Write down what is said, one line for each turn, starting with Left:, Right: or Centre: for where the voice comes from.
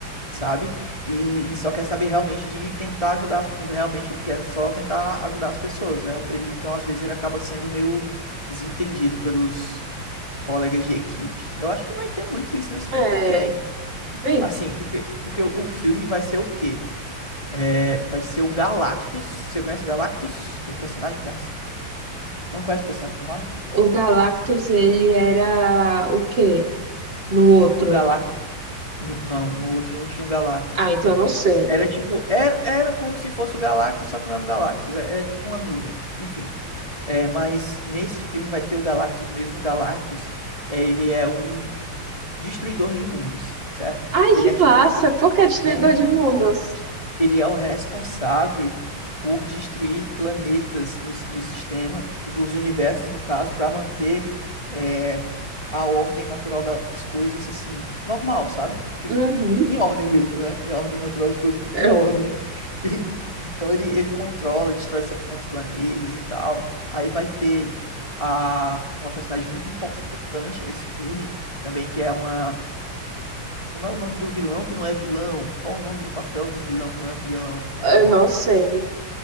Left: sabe? E, e só quer saber realmente de tentar ajudar, as- quando realmente ele quer só tentar ajudar as pessoas, né? Ele, então, às vezes, ele acaba sendo meio desentendido pelos colegas de equipe. Eu acho que vai ter muito isso nesse filme
Right: é,
Left: também.
Right: bem,
Left: Assim, porque, porque o filme vai ser o quê? É, vai ser o Galactus. Você conhece o Galactus? Que é um personagem. perso- Não conhece o personagem normal?
Right: O Galactus, ele era o quê? No outro?
Left: O Galactus. No- não, no outro não tinha o Galactus.
Right: Ah,
Left: Enfim.
Right: então eu não sei.
Left: Era tipo. Era, era como se fosse o Galactus, só que não é um Galactus. É, é tipo uma nuvem. Enfim. É, mas nesse filme vai ter o Galactus mesmo. O Galactus, é, ele é um destruidor de mundos, certo?
Right: Ai,
Left: Ele
Right: que
Left: é tipo.
Right: massa! Por que destruidor
Left: É.
Right: de mundos?
Left: ele é o responsável por destruir planetas no, do sistema, dos universos, no caso, para manter é, a ordem natural das coisas, assim, normal, sabe? Tipo,
Right: Uhum.
Left: em ordem mesmo, né? Em ordem natural das coisas,
Right: É,
Left: em ordem. <laughs> E- então ele, ele controla, destrói certos planetas e tal. Aí vai ter a, uma personagem muito importante nesse filme também, que é uma como é o nome do vilão que não é vilão? Qual o nome do papel do vilão que não é vilão? É...
Right: Eu não sei.